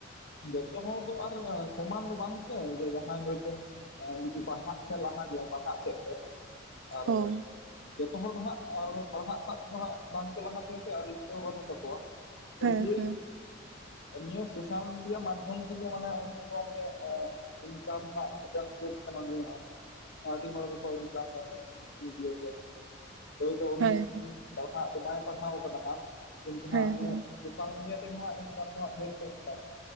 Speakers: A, on the left; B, on the right.
A: ᱡᱚᱛᱚ ᱦᱚᱲ ᱫᱚ ᱟᱨ ᱥᱚᱢᱟᱱ ᱫᱚ ᱵᱟᱝ ᱥᱮ ᱡᱮ ᱡᱟᱦᱟᱸᱭ ᱦᱳᱭ ᱛᱚ ᱟᱸ ᱡᱩᱫᱤ ᱯᱟᱲᱦᱟᱜ ᱥᱮᱫ ᱞᱟᱦᱟ ᱜᱮᱭᱟᱭ ᱯᱟᱲᱦᱟᱜ ᱥᱮᱫ ᱛᱮ ᱟᱨ
B: ᱦᱳᱭ
A: ᱡᱚᱛᱚ ᱦᱚᱲ ᱫᱚ ᱦᱟᱸᱜ ᱟᱨ ᱯᱟᱲᱦᱟᱜ ᱥᱟᱜ ᱛᱮᱫᱚ ᱦᱟᱸᱜ ᱵᱟᱝᱠᱚ ᱞᱟᱦᱟ ᱜᱮᱭᱟ, ᱥᱮ ᱟᱨ ᱤᱪᱪᱷᱟ ᱦᱚᱸ ᱵᱟᱹᱱᱩᱜ ᱛᱟᱠᱚᱣᱟ ᱛᱚ
B: ᱦᱮᱸ
A: ᱫᱤᱭᱮ
B: ᱦᱮᱸ
A: ᱱᱤᱭᱟᱹ ᱥᱳᱥᱟᱞ ᱢᱤᱰᱤᱭᱟ ᱢᱟᱫᱽᱫᱷᱚᱢ ᱛᱮᱜᱮ ᱢᱟᱱᱮ ᱩᱱᱠᱩ ᱠᱚ ᱱᱤᱭᱟᱹ ᱤᱱᱠᱟᱢ ᱨᱮᱱᱟᱜ ᱢᱤᱫᱴᱟᱱ ᱥᱳᱨᱥ ᱠᱟᱱᱟ ᱱᱤᱭᱟᱹ ᱦᱚᱸ᱾ ᱟᱹᱰᱤ ᱦᱚᱲ ᱜᱮᱠᱚ <unintelligible> ᱤᱭᱩᱯᱤᱭᱟᱭ <unintelligible> ᱦᱳᱭᱛᱚ ᱩᱱᱤ
B: ᱦᱮᱸ
A: ᱩᱱᱟᱹᱜ ᱯᱟᱲᱦᱟᱜ ᱫᱚ ᱵᱟᱭ ᱯᱟᱲᱦᱟᱣ ᱠᱟᱫᱟ ᱦᱟᱸᱜ ᱠᱤᱱᱛᱩ
B: ᱦᱮᱸ
A: ᱦᱟᱸᱜ
B: ᱦᱮᱸ
A: <unintelligible> ᱥᱳᱥᱟᱞ ᱢᱤᱰᱤᱭᱟ ᱛᱮᱜᱮ ᱦᱟᱸᱜ ᱤᱱᱠᱟᱢ ᱫᱚ ᱦᱟᱸᱜ ᱰᱷᱮᱨ ᱜᱮ ᱤᱱᱠᱟᱢ ᱫᱚ